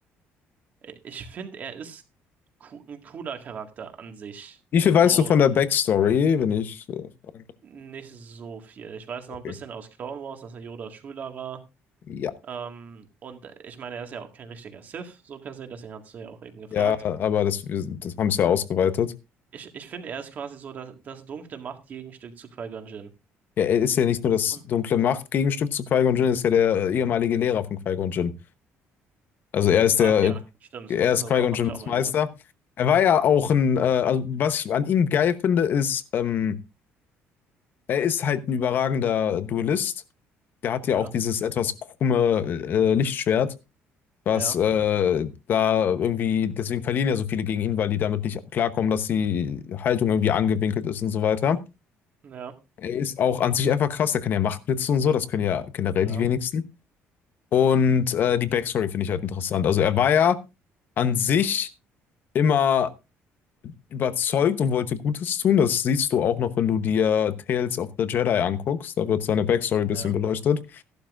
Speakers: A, on the right; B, on the left.
A: i- ich finde, er ist coo- ein cooler Charakter an sich.
B: Wie viel weißt
A: So
B: du von der Backstory, wenn ich äh, fragen darf?
A: nicht so viel. Ich weiß noch
B: Okay.
A: ein bisschen aus Clone Wars, dass er Yodas Schüler war.
B: Ja.
A: Ähm, und ich meine, er ist ja auch kein richtiger Sith, so per se, deswegen hast du ja auch eben gefragt.
B: Ja, aber das, wir, das haben es ja ausgeweitet.
A: Ich, ich finde, er ist quasi so das, das dunkle Machtgegenstück zu Qui-Gon Jinn.
B: Ja, er ist ja nicht nur das
A: Und
B: dunkle Macht-Gegenstück zu Qui-Gon Jinn, er ist ja der äh, ehemalige Lehrer von Qui-Gon Jinn. Also er ist
A: Ach
B: der,
A: ja,
B: äh,
A: stimmt.
B: er ist
A: So,
B: Qui-Gon
A: doch, habe
B: Jinns
A: ich auch mal
B: Meister.
A: gehört.
B: Er war ja auch ein, äh, also was ich an ihm geil finde, ist, ähm, er ist halt ein überragender Duellist. Der hat
A: Ja,
B: ja auch dieses etwas krumme äh, Lichtschwert, was
A: ja,
B: äh, da irgendwie, deswegen verlieren ja so viele gegen ihn, weil die damit nicht klarkommen, dass die Haltung irgendwie angewinkelt ist und so weiter.
A: ja,
B: Er ist auch an sich einfach krass. Der kann ja Machtblitze und so. Das können ja generell
A: ja,
B: die wenigsten. Und äh, die Backstory finde ich halt interessant. Also er war ja an sich immer überzeugt und wollte Gutes tun. Das siehst du auch noch, wenn du dir Tales of the Jedi anguckst. Da wird seine Backstory ein
A: ja,
B: bisschen beleuchtet.